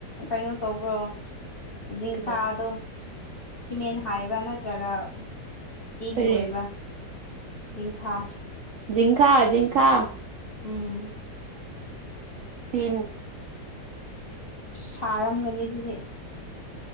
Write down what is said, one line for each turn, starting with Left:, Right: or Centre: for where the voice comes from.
Left: ꯀꯩꯅꯣ ꯇꯧꯕ꯭ꯔꯣ ꯖꯤꯤꯡꯈꯥꯗꯣ
Right: ꯀꯔꯤ
Left: ꯁꯤꯃꯦꯟ ꯍꯥꯏꯕ꯭ꯔꯥ ꯅꯠꯇ꯭ꯔꯒ ꯇꯤꯟ
Right: ꯀꯔꯤ
Left: ꯑꯣꯏꯕ꯭ꯔꯥ ꯖꯤꯤꯡꯈ
Right: ꯖꯤꯤꯤꯡꯈꯥ ꯖꯤꯤꯤꯡꯈꯥ <inaudible>
Left: ꯎꯝ
Right: ꯇꯤꯟ
Left: ꯁꯥꯔꯝꯒꯅꯤ ꯑꯗꯨꯗꯤ